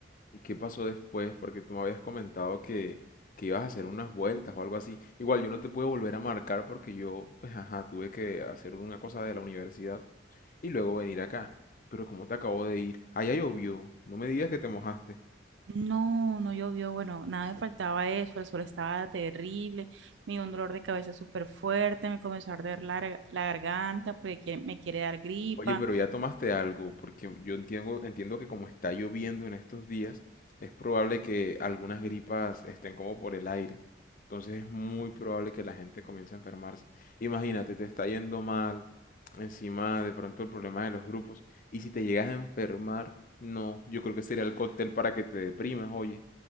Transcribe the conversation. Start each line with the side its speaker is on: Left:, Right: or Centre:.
Left: ¿Y qué pasó después? Porque tú me habías comentado que, que ibas a hacer unas vueltas o algo así. Igual yo no te pude volver a marcar porque yo, pues ajá, tuve que hacer una cosa de la universidad y luego venir acá. Pero ¿cómo te acabo de ir? Allá llovió. No me digas que te mojaste.
Right: No, no llovió, bueno, nada me faltaba eso, el sol estaba terrible, me dio un dolor de cabeza súper fuerte, me comenzó a arder la, gar- la garganta porque quiere- me quiere dar gripa,
Left: Oye, pero ya tomaste algo, porque yo entiendo, entiendo que como está lloviendo en estos días, es probable que algunas gripas estén como por el aire. Entonces es muy probable que la gente comience a enfermarse. Imagínate, te está yendo mal, encima de pronto el problema de los grupos, y si te llegas a enfermar, no, yo creo que sería el cóctel para que te deprimas, oye.